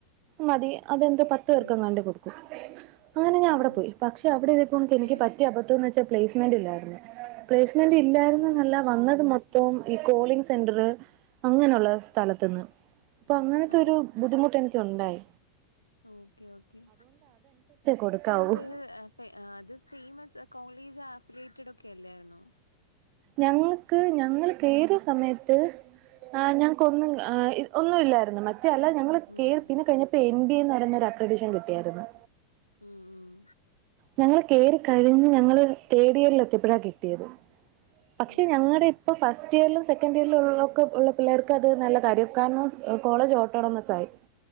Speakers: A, on the right; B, on the left.
A: മതി അതെന്തോ പത്ത്
B: ഉം
A: പേർക്കും കണ്ടി കൊടുക്കും അങ്ങനെ ഞാൻ
B: ഉം
A: അവിടെ പോയി പക്ഷെ അവിടെ ഇതിപ്പോ എനിക്ക്
B: ഉം
A: പറ്റിയ അബദ്ധം എന്ന് വെച്ചാ പെളയ്സ് മൻ്റില്ലാതെ പെളയ്സ് ന്റ് ഇല്ലായിരുന്നന്നല്ല
B: ഓ
A: വന്നത് മൊത്തം ഈ കോളിംഗ് സെന്റർ അങ്ങനെയുള്ള സ്ഥലത്തന്ന് അപ്പൊ അങ്ങനത്തെ
B: ഓ
A: ഒരു ബുദ്ധിമുട്ട് എനിക്ക്ണ്ടായി
B: ഓക്കെ ഓക്കെ
A: കൊടുക്കാവൂ
B: അത് അത് ഫേമസ് കോളേജാ ഫിലിയേറ്റഡ് ഒക്കെ അല്ലായിരുന്നോ.
A: ഞങ്ങക്ക് ഞങ്ങൾക്കേത് സമയത്ത് ഏ ഞങ്ങക്കൊന്നുംഏ ഒന്നുമില്ലായിരുന്നു മറ്റ <unintelligible> അല്ല ഞങ്ങള്
B: ഉം
A: പിന്നെ <unintelligible> കഴിഞ്ഞപ്പോ എൻ ബി എന്ന് പറയുന്നൊരു അക്രഡീഷൻ കിട്ടിയായിരുന്നു.
B: ഉം ഉം
A: ഞങ്ങള് കേറി കഴിഞ്ഞ് ഞങ്ങള് തേടിയിറൽ എത്തിയപ്പഴാ കിട്ടിയത് പക്ഷെ
B: ഓ
A: ഞങ്ങളുടെ ഇപ്പൊ ഫസ് ഫസ്റ്റ് ഇയറിലും സെക്കൻഡ് ഇയറിലും ഉള്ളോര്ക്ക് ഉള്ള പിള്ളേര്ക് അത് നല്ല കാര്യ കാരണം കോളേജ് ഓട്ടണമസായി.